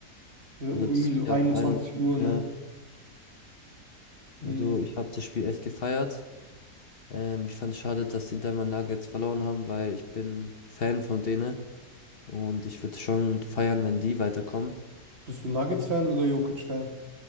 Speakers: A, on the right; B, on the left.
A: Ja,
B: Also
A: um
B: das
A: Irgendwie
B: hat
A: so
B: ja
A: 21
B: um ein und
A: Uhr,
B: ja,
A: ne? Mm,
B: also ich habe das Spiel echt gefeiert. Ähm, ich fand es schade, dass die Denver Nuggets verloren haben, weil ich bin Fan von denen und ich würde schon feiern, wenn die weiterkommen.
A: Bist du Nuggets-Fan oder Jokic-Fan?